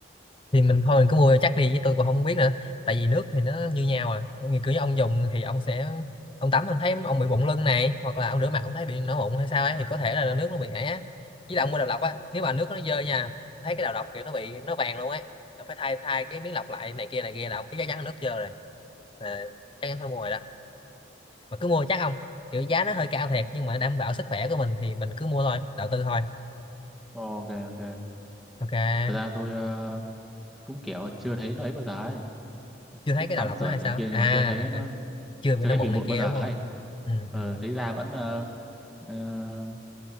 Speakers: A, on the left; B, in the centre.
A: thì mình thôi mình cứ mua chắc đi chứ tôi cũng không biết nữa tại vì nước thì nó như nhau à như kiểu như ông dùng thì ông sẽ ông tắm ông thấy ông bị bụng lưng này hoặc là ông rửa mặt ông thấy bị nổi mụn hay sao ấy thì có thể là nước nó bị ấy á với lại ông mua đầu lọc á nếu mà nước nó dơ nha thấy cái đầu lọc kiểu nó bị nó vàng luôn ấy là phải thay thay cái miếng lọc lại này kia này kia là ông thấy chắc chắn là nước dơ rồi là chắc chắn phải mua rồi đó mà cứ mua chắc không kiểu giá nó hơi cao thiệt nhưng mà đảm bảo sức khỏe của mình thì mình cứ mua thôi đầu tư thôi
B: ok ok
A: ok
B: Thật ra tôi ờ, cũng kiểu chưa thấy nó ấy bao giờ ấy.
A: chưa thấy
B: Cũng
A: cái
B: tắm
A: đầu lọc
B: rửa
A: đó hay sao
B: này kia nhưng
A: à,
B: mà chưa thấy
A: à,
B: nó
A: à. chưa bị
B: chưa
A: nó
B: thấy
A: mụn
B: bị mụn
A: này kia
B: bao giờ
A: đúng
B: ấy.
A: không ừ
B: Ờ,
A: ừ
B: thấy da vẫn ờ, ờ,